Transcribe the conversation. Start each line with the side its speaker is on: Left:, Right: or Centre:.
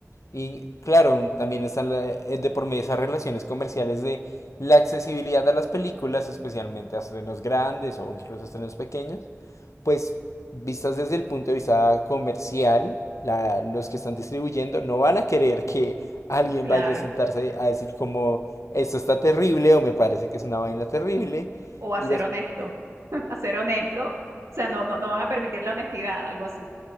Left: Y claro, también están la- eh, de por medio esas relaciones comerciales de la accesibilidad a las películas, especialmente a estrenos grandes o incluso a estrenos pequeños, pues vistas desde el punto de vista comercial, la- los que están distribuyendo no van a querer que alguien
Right: Claro.
Left: vaya a sentarse a decir como esto está terrible o me parece que es una vaina terrible.
Right: O a
Left: Y
Right: ser honesto. <laughs> A ser honesto. O sea, no, no, no van a permitir la honestidad, algo así.